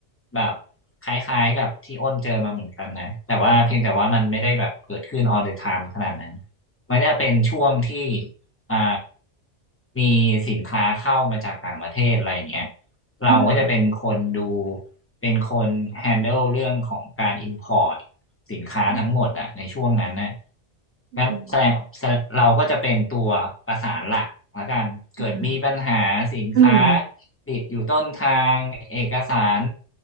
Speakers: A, on the left (about 15°); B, on the right (about 75°).
A: แบบคล้ายๆกับที่อ้นเจอมาเหมือนกันนะแต่ว่าเพียงแต่ว่ามันไม่ได้แบบเกิดขึ้น all the time ขนาดนั้นมันจะเป็นช่วงที่อ่ามีสินค้าเข้ามาจากต่างประเทศอะไรอย่างเงี้ย เราก็จะเป็นคนดู
B: อืม
A: เป็นคน handle เรื่องของการ import สินค้าทั้งหมดอะในช่วงนั้นนะ
B: อืมอืม
A: งั้นแสดงแสดงเราก็จะเป็นตัวประสานหลักละกันเกิดมีปัญหาสินค้า
B: อืมอืม
A: ติดอยู่ต้นทางเอกสาร